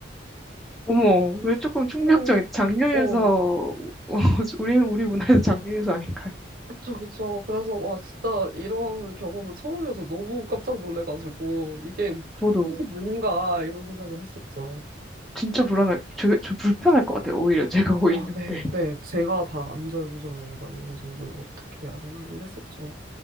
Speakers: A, in the centre; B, on the right (about 50°).
A: 어머, 왜 조금 충격적인,
B: 같아요.
A: 장류유서,
B: 어, 어,
A: <laughs> 우리, 우리 문화에서 장류유서 아닌가요?
B: 그쵸, 그쵸. 그래서, 와, 진짜 이런 경험은 처음이어서 너무 깜짝 놀래가지고, 이게,
A: 저도
B: 이게 뭔가, 이런 생각을 했었죠.
A: 진짜 불안할, 저, 저 불편할 것 같아요, 오히려 제가 거기
B: 와,
A: 있는데.
B: 네, 네. 제가 다 안절부절 막 이러면서 이걸 어떻게 해야 되나 이랬었죠.